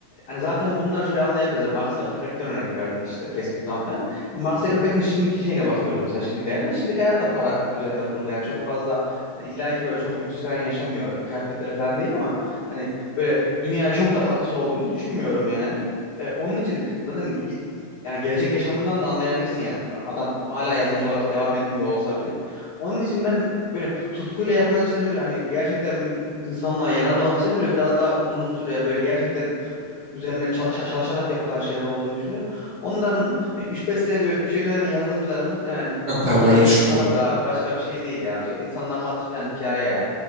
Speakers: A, on the left (about 60°); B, on the right (about 65°).
A: Yani zaten bunları şöyle anlayabiliriz Mark Zuckerberg'den örnek verdin işte Facebook'tan falan. Mark Zuckerberg'in şimdiki şeyine bakıyoruz mesela şimdiki hayatına. Şimdiki hayat da para üzerine kurulu. Yani çok fazla hani illa ki böyle çok lüks falan yaşamıyor. Kıyafetleri falan değil ama hani böyle dünyaya çok da katkısı olduğunu düşünmüyorum yani. E, onun için zaten yani gelecek yaşamından da anlayabilirsin yani. Adam hala yazımcı olarak devam etmiyor olsa bile. Onun için ben böyle tutkuyla yapılan işlerin böyle hani gerçekten insanlığa yararlı olan işlerin böyle biraz daha uzun süre böyle gerçekten üzerine ça- ça- çalışarak yapılan şeyler olduğunu düşünüyorum. Onların yani 3-5 senede böyle köşeye dönen yazılımcıların muhtemelen
B: yok abi
A: olayı
B: öyle düşünmüyorum.
A: paradır abi. Başka bir şey değil ya. Tu- İnsanlığa katkı falan hikaye ya.